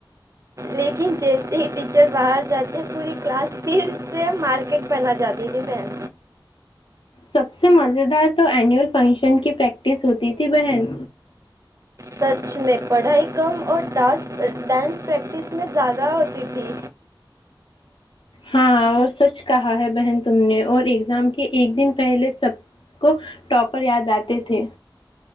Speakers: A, on the right (about 40°); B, on the left (about 85°).
A: لیکن جیسے ہی ٹیچر باہر جاتے تھ پوری کلاس پھر سے مارکیٹ بن جاتی تھی میم
B: سب سے مزیدار تو اینوئول فنکشن کی پریکٹس ہوتی تھی بہن
A: سچ میں پڑھائی کم اورس ڈانس پریکٹس میں زیادہ ہوتی تھی
B: ہاں اور سچ کہا ہے بہن تم نے اور ایگزام کے ایک دن پہلے سب کو ٹاپر یاد آتے تھے